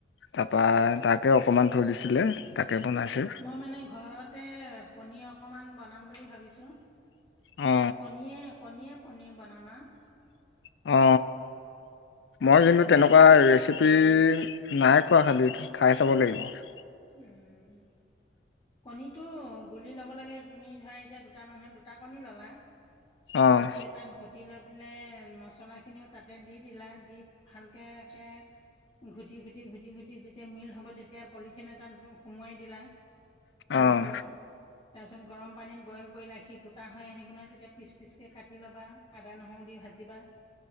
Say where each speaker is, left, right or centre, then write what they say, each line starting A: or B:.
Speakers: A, on the left; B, on the left.
A: তাৰপা তাকে অকমান থৈ দিছিলে তাকে বনাইছে
B: মই মানে ঘৰতে পনীৰ অকমান বনাম বুলি ভাবিছো
A: অ
B: কণীয়ে কণীয়ে পনীৰ বনামা
A: অ মই কিন্তু তেনেকুৱা ৰেচিপি নাই খোৱা খালী খাই চাব লাগিব
B: উম কণীটো গোল লি লব লাগে তুমি ধৰা এতিয়া দুটা মানুহ দুটা কণী ললা,
A: অঁ
B: বাতি এটা দি লৈ পেলাই মছলাখিনিও তাতে দি দিলা দি ভালকে একে ঘুটি ঘুটি ঘুটি ঘুটি যেতিয়া মিল হ'ব তেতিয়া পলি ঠিন এটাত সোমোৱাই দিলা কণী
A: অঁ
B: খিনি তাৰপিছত গৰম পানীত বইল কৰিলে সি গোটা হৈ আহি বনাই তেতিয়া পিচ পিচ কে কাটি ল'বা আদা নহৰু দি ভাজিবা